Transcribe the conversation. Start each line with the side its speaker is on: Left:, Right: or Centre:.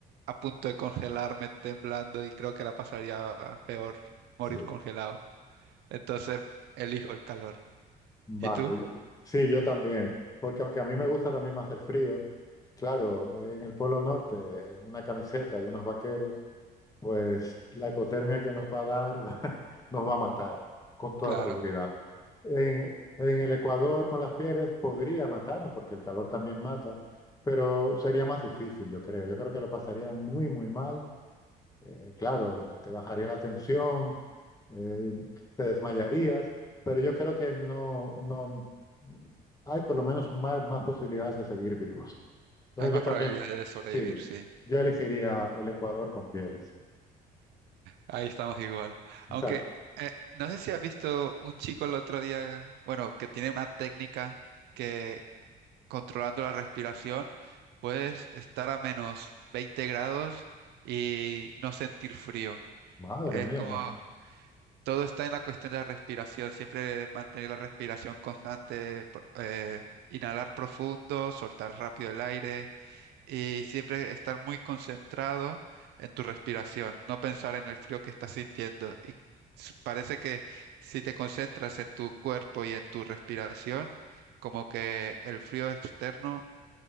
Right: a punto de congelarme temblando y creo que la pasaría peor morir
Left: sí.
Right: congelado. Entonces elijo el calor.
Left: Vale.
Right: ¿Y tú?
Left: yo- Sí, yo también. Porque aunque a mí me gusta también más el frío, claro, en el Polo Norte, en una camiseta y unos vaqueros, pues la hipotermia que nos va a dar <laughs> nos va a matar, con toda
Right: Claro.
Left: seguridad. En, en el Ecuador con las pieles podría matarnos, porque el calor también mata, pero sería más difícil, yo creo. Yo creo que lo pasaría muy, muy mal. Eh, claro, te bajaría la tensión, eh, te desmayarías, pero yo creo que no, no, hay por lo menos más, más posibilidades de seguir vivos. Entonces
Right: Hay más
Left: yo también,
Right: probabilidades de sobrevivir,
Left: sí,
Right: sí.
Left: yo elegiría el Ecuador con pieles.
Right: Ahí estamos igual.
Left: Exacto.
Right: Aunque eh, no sé si has visto un chico el otro día, bueno, que tiene una técnica que controlando la respiración puedes estar a menos 20 grados y no sentir frío.
Left: Madre
Right: Es
Left: mía.
Right: como
Left: ma-
Right: todo está en la cuestión de la respiración, siempre mantener la respiración constante, pro- eh, inhalar profundo, soltar rápido el aire y siempre estar muy concentrado en tu respiración, no pensar en el frío que estás sintiendo. Y s- parece que si te concentras en tu cuerpo y en tu respiración, como que el frío externo